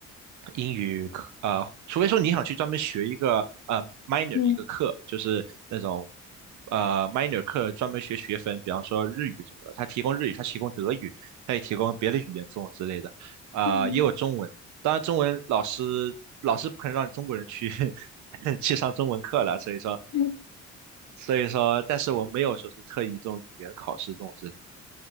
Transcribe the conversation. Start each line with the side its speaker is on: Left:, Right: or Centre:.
Right: 英语课，呃，除非说你想去专门学一个呃 minor
Left: 嗯
Right: 的一个课，就是那种呃 minor 课专门学学分，比方说日语什么的，他提供日语，他提供德语，他也提供别的语言这种之类的，呃，
Left: 嗯
Right: 也有中文。当然，中文老师老师不可能让中国人去 <laughs> 去上中文课了，所以说，
Left: 嗯，
Right: 所以说，但是我没有说是特意这种语言考试这种之类的。